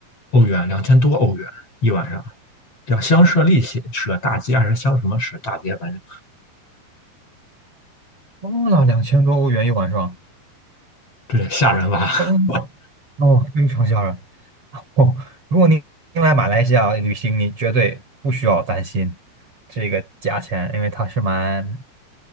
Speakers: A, on the left; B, on the right.
A: 欧元，两千多欧元一晚上，叫香舍利舍舍大街还是香什么舍大街，反正
B: 疯了，两千多欧元一晚上，
A: 对，吓人吧？
B: 疯了，
A: <laughs>
B: 哦，非常吓人。哦，如果您您来马来西亚旅行，你绝对不需要担心这个价钱，因为它是蛮，